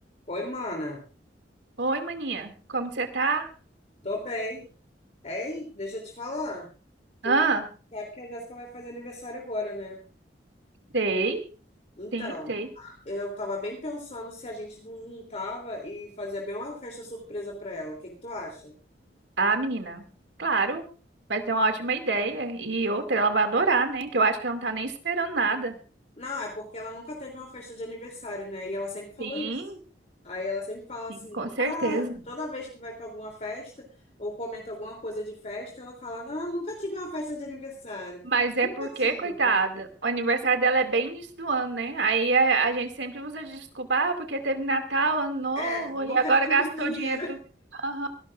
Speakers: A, on the left; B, on the right.
A: Oi, mana.
B: Oi, maninha. Como você tá?
A: Tô bem. Ei, deixa eu te falar. Tu
B: Ah,
A: sabe que a Jéssica vai fazer aniversário agora, né?
B: sei.
A: Então,
B: Sim, sei.
A: eu tava bem pensando se a gente não juntava e fazia bem uma festa surpresa pra ela. O que que tu acha?
B: Ah, menina. Claro. Vai ser uma ótima ideia. E outra, ela vai adorar, né? Que eu acho que ela não tá nem esperando nada.
A: Não, é porque ela nunca teve uma festa de aniversário, né? E ela sempre falou
B: Sim,
A: isso. Aí ela sempre fala assim,
B: sim, com certeza.
A: ah, toda vez que vai pra alguma festa ou comenta alguma coisa de festa, ela fala, não, nunca tive uma festa de aniversário.
B: Mas é
A: Nunca
B: porque,
A: tive.
B: coitada, o aniversário dela é bem início do ano, né? Aí a, a gente sempre usa de desculpa, ah, porque teve Natal, Ano Novo,
A: É, nunca
B: e agora
A: ninguém
B: gastou
A: tem dinheiro.
B: o dinheiro tudo. Aham,